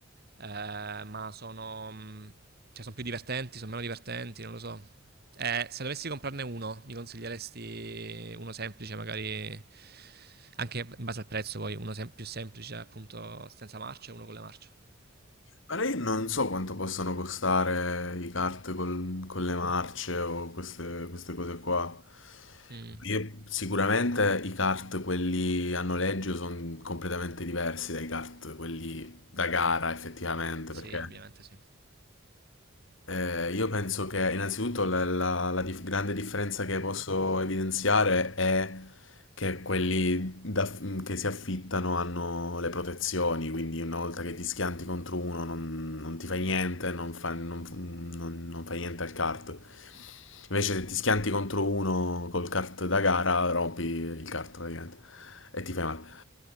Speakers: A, on the right; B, on the left.
A: eh, ma sono, mh, cioè, sono più divertenti, sono meno divertenti, non lo so. Eh, se dovessi comprarne uno, mi consiglieresti uno semplice, magari anche in base al prezzo, poi uno sem- più semplice, appunto, senza marce e uno con le marce.
B: Allora io non so quanto possono costare i kart col- con le marce o queste, queste cose qua.
A: Mm,
B: Io- sicuramente i kart, quelli a noleggio, sono completamente diversi dai kart, quelli da gara effettivamente,
A: sì,
B: perché
A: ovviamente sì.
B: eh, io penso che innanzitutto la, la- la dif- grande differenza che posso evidenziare è che quelli da- che si affittano hanno le protezioni, quindi una volta che ti schianti contro uno non, non ti fai niente, non fa, non- non- non fai niente al kart. Invece se ti schianti contro uno col kart da gara rompi il kart praticamente e ti fai male.